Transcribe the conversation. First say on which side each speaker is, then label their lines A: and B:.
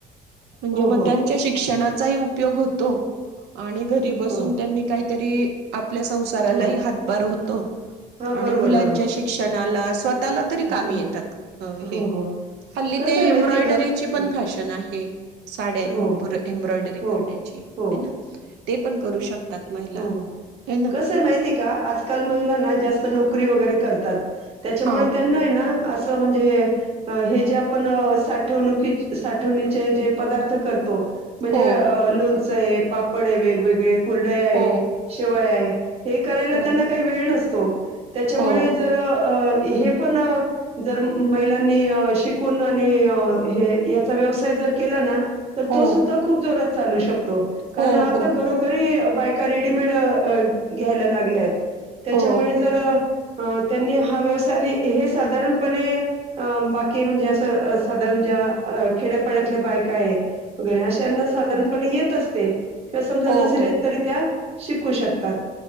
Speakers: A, on the right; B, on the right.
A: म्हणजे
B: हो
A: मग
B: हो
A: त्यांच्या शिक्षणात चाही उपयोग होतो. आणि घरी बसून
B: हो
A: त्यांनी काही तरी आप ल्या संसाराला
B: हो
A: हातभार होतो
B: हा
A: आणि
B: बरोबर
A: मुलांच्या
B: बरोबर
A: शिक्ष नाला स्वत ताला तरी कामी
B: हो
A: येतात. हे
B: हो हो
A: हल्ली
B: कसं
A: ते
B: आहे
A: एम्ब्रॉयडरीची
B: माहिती आहे का हं.
A: पण फॅशन आहे. साड्यांवर
B: हो
A: एम्ब्रॉयडरी
B: हो
A: करण्याची
B: हो
A: आहे ना. ते पण करू शकतात. महिला
B: हो
A: है ना
B: कस माहिती का आजकाल महिलांना जास्त नोकरी वगैरे करतात. त्याच्यामुळे
A: हा
B: त्यांना ना अस म्हणजे हे जे आपण साठवणुकी साठवणीचे जे पदार्थ करतो. म्हणजे
A: हो
B: अ लोन चे पापड आहे वेगवेगळे ड आहे,
A: हो
B: शेवय आहे. हे करायला
A: हो
B: त्यांना काही वेळ नसतो. त्याच्यामुळे
A: हो
B: जर अ हे पण जर महिलांनी शिकून आणि हे याचा व्यवसाय जर केला ना. तर
A: हो
B: तो सुद्धा खूप जोरात चालू शक तो. कारण
A: हो
B: आता
A: हो
B: घरोघरी बायका रेडीमेड घ्यायला लागल्यात. त्याच्यामुळे
A: हो
B: जर अ त्यांनी हा व्यवसाय हे साधारणपणे बाकी म्हणजे असं साधारण ज्या खेड्यापाड्यातल्या बायका आहे. गरीब अशयानां साधारण पण येत असते. किंवा समजा
A: हो
B: नसेल.
A: हो
B: येत शिकु शकतात.